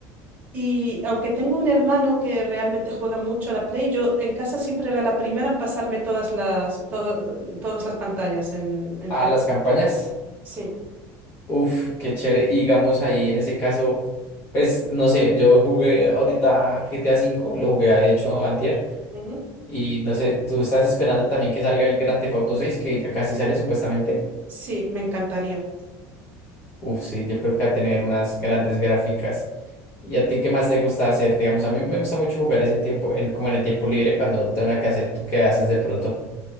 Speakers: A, on the right (about 20°); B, on the left (about 30°).
A: Y aunque tengo un hermano que realmente juega mucho a la Play, yo en casa siempre era la primera en pasarme todas las, todo- todas las pantallas en, en
B: a
A: GTA.
B: las campañas.
A: Sí,
B: Uf, qué chévere. Y digamos ahí en ese caso, pues no sé, yo jugué ahorita GTA cinco, lo jugué de hecho antier.
A: ujú.
B: Y no sé, tú estás esperando también que salga el Grand Theft Auto 6, que ya casi sale supuestamente.
A: Sí, me encantaría.
B: Uf, sí, yo creo que va a tener unas grandes gráficas. ¿Y a ti qué más te gusta hacer? Digamos, a mí me gusta mucho jugar es en tiempo, en, como en el tiempo libre, cuando no tengo nada que hacer, ¿tú qué haces de pronto?